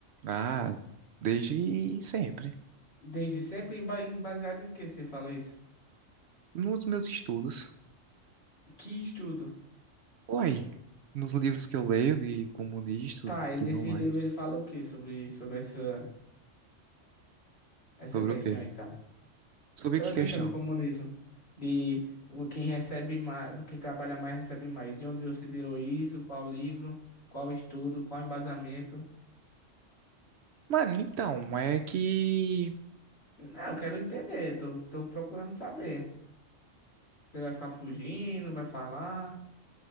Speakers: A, on the right (about 65°); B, on the left (about 55°).
A: Ah, desde sempre.
B: Desde sempre? Em ba- em- Baseado em que você fala isso?
A: nos meus estudos.
B: Que estudo?
A: Uai, nos livros que eu leio de comunista
B: Tá,
A: e
B: e
A: tudo
B: nesse
A: mais.
B: livro ele fala o que sobre, sobre essa, essa
A: Sobre
B: questão
A: o quê?
B: e tal?
A: Sobre
B: Sobre
A: que
B: a
A: questão?
B: questão do comunismo. De o- quem recebe mais, quem trabalha mais recebe mais. De onde você tirou isso? Qual livro? Qual estudo? Qual embasamento?
A: Mano, então, é que
B: Não, eu quero entender, tô, tô procurando saber. Você vai ficar fugindo, vai falar?